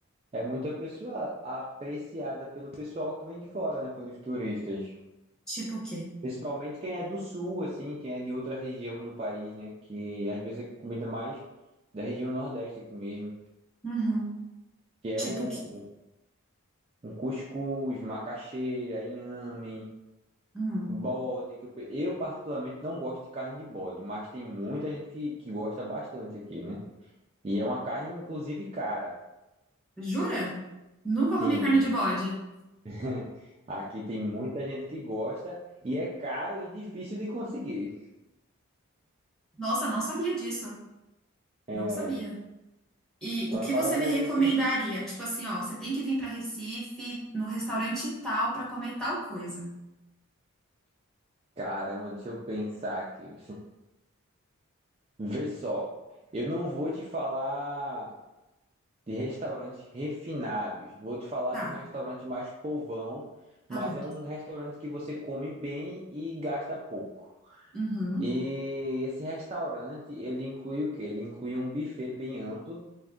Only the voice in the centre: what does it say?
tipo o quê?
Uhum.
Tipo
o quê?
Hum.
Jura? Nunca
comi carne de bode.
Nossa, não sabia disso.
Não sabia. E o
que
você
me recomendaria?
Tipo assim, ó, você tem que vir para Recife no restaurante tal para comer tal coisa.
Tá,
tá
bom.
Uhum.